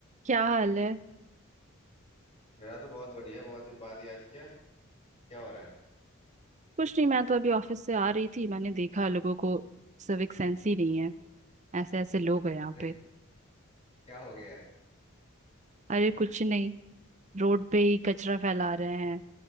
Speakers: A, on the right; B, on the left.
A: क्या हाल है
B: मेरा तो बहुत बढ़िया है बहुत दिन बाद याद किया क्या हो रहा है
A: कुछ नहीं मैं तो अभी ऑफिस से आ रही थी मैंने देखा लोगों को सिविक सेंस ही नहीं है ऐसे ऐसे लोग हैं यहाँ
B: अरे
A: पे
B: क्या हो गया
A: अरे कुछ नहीं रोड पे ही कचरा फैला रहे हैं